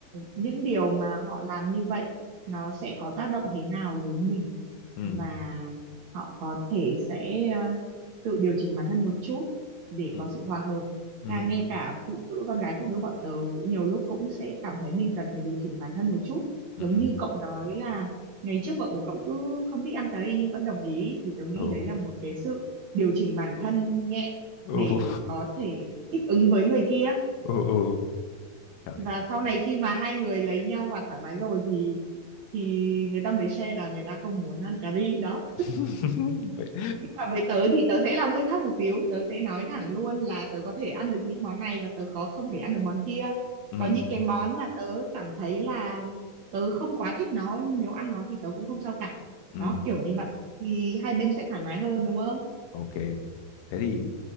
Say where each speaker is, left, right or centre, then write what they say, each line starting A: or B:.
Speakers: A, on the right; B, on the left.
A: những điều mà họ làm như vậy nó sẽ có tác động thế nào đến mình
B: ừ
A: và họ có thể sẽ ờ, tự điều chỉnh bản thân một chút để
B: ừ
A: có sự hòa hợp
B: ừ
A: à, ngay cả phụ nữ con gái phụ nữ bọn tớ cũng nhiều lúc cũng sẽ cảm thấy mình cần phải điều chỉnh bản thân một chút
B: ừ
A: giống như cậu nói là ngày trước vợ của cậu cứ không thích ăn cà ri nhưng vẫn đồng ý thì tớ nghĩ
B: ừ
A: đấy là một cái sự điều chỉnh bản thân nhẹ
B: ừ
A: để có thể thích ứng với người kia
B: ừ ừ Trời.
A: và sau này khi mà hai người lấy nhau và thoải mái rồi thì thì người ta mới share là người ta không muốn ăn cà ri đó
B: <laughs> Vậy-
A: nhưng mà với tớ thì tớ sẽ làm hơi khác một xíu tớ sẽ nói thẳng luôn là tớ có thể ăn được những món này và tớ có không thể ăn được món kia
B: ừ
A: có những cái món mà tớ cảm thấy là tớ không quá thích nó nhưng nếu ăn nó thì tớ cũng không sao cả
B: ừ
A: đó kiểu như vậy thì hai bên sẽ thoải mái hơn đúng không
B: ok thế thì